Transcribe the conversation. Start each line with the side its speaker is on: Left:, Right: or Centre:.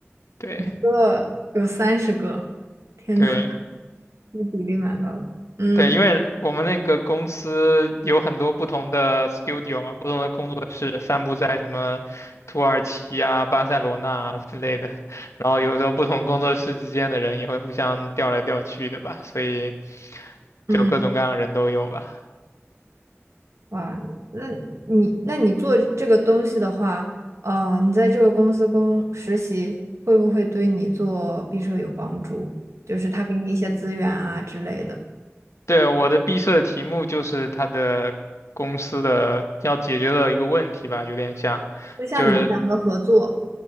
Left: 对
Right: 个有三十个，天呐，
Left: 对，
Right: <laughs> 这比例蛮高的。嗯
Left: 对，因为我们那个公司有很多不同的 studio 嘛，不同的工作室散布在什么土耳其啊、巴塞罗那啊之类的，然后有时候不同工作室之间的人也会互相调来调去的吧，所以
Right: 嗯。
Left: 就各种各样的人都有吧。
Right: 哇，那你那你做这个东西的话，呃，你在这个公司工实习，会不会对你做毕设有帮助？就是他给你一些资源啊之类的。
Left: 对，我的毕设的题目就是他的公司的要解决的一个问题吧，有点像，
Right: 就像你们两个合作，
Left: 就是